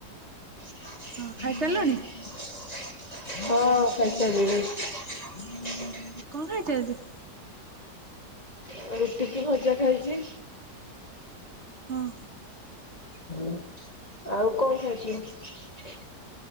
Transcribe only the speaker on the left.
<inaudible>
ହଁ ଖାଇସାଇଲିଣି।
ଆଉ ରୁଟି କି ଭଜା ଖାଇଛି।
ହଁ ଆଉ କଣ ଖାଇଚି